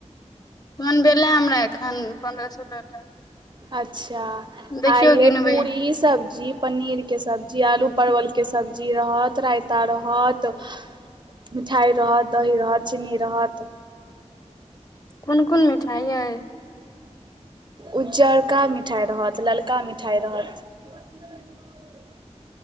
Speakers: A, on the left; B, on the right.
A: फोन भेलै हमरा एखन, पन्द्रह सोलह टा
B: अच्छा!
A: देखियौ
B: आइे
A: गिनबै
B: पूरी सब्जी पनीरके सब्जी, आलू
A: हूँ
B: परवलके सब्जी रहत, रायता रहत। मिठाई रहत, दही रहत, चीनी रहत।
A: कोन -कोन मिठाइ अई?
B: उज्जरका मिठाई रहत, ललका मिठाई रहत। <unintelligible>